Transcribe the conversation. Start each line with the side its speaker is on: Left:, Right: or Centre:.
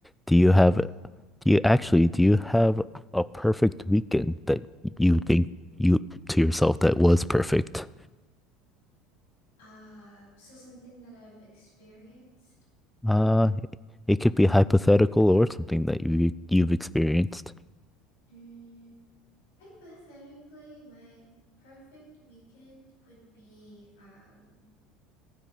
Centre: Do you have,
Left: Uh-huh.
Centre: do you actually, do you have a perfect weekend that you think you to yourself that was perfect?
Left: Uh, so something that I've experienced.
Centre: Uh, it could be hypothetical or something that you you've experienced.
Left: Mm, hypothetically, my perfect weekend would be um